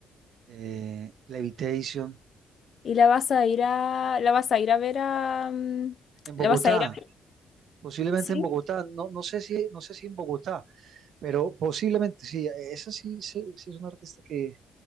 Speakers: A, on the right; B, on the left.
A: eh, Levitation.
B: ¿Y la vas a ir a, la vas a ir a ver a, mm,
A: En Bogotá,
B: la vas a ir a ver?
A: posiblemente
B: Sí.
A: en Bogotá, no, no sé si, no sé si en Bogotá, pero posiblemente sí, esa sí, sí, sí es una artista que,